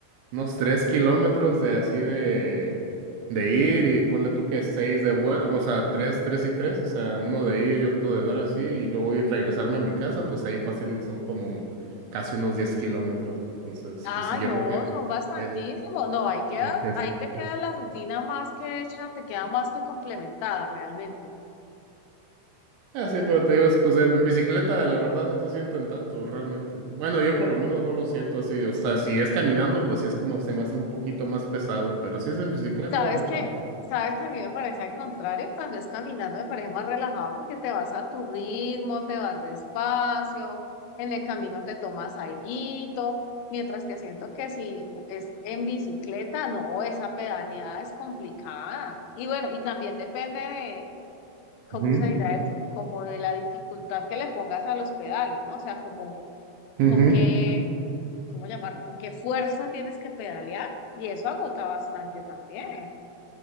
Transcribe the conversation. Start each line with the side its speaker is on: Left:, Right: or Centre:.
Right: unos tres kilómetros de así de, de ir y ponle tú que seis de vuelta, o sea, tres, tres y tres, o sea, uno de ir y otro de dar así, y luego ir regresarme a mi casa, pues ahí fácil son como un- casi unos diez kilómetros, ¿no? Entonces,
Left: Ay,
Right: pues sí, yo
Left: no,
Right: creo que
Left: son bastantísimos.
Right: es,
Left: No, ahí quedas,
Right: es, es,
Left: ahí te queda
Right: es-
Left: la rutina más que hecha, te queda más que complementada realmente.
Right: Ah, sí, pero te digo, es, pues en, en bicicleta la verdad no se sienten tanto realmente. Bueno, yo por lo menos no lo siento así, o sea, si es caminando, pues sí es como se me hace un poquito más pesado, pero si es en bicicleta,
Left: Sabes
Right: no
Left: que,
Right: tanto.
Left: sabes que a mí me parece al contrario, cuando es caminando me parece más relajado porque te vas a tu ritmo, te vas despacio, en el camino te tomas alguito, mientras que siento que si es en bicicleta, no, esa pedaleada es complicada. Y bueno, y también depende de, ¿cómo
Right: Ujú,
Left: se dirá esto? Como de la dificultad que le pongas a los pedales, ¿no? O sea, como
Right: ujú.
Left: con qué, ¿cómo llamarlo? Con qué fuerza tienes que pedalear y eso agota bastante también.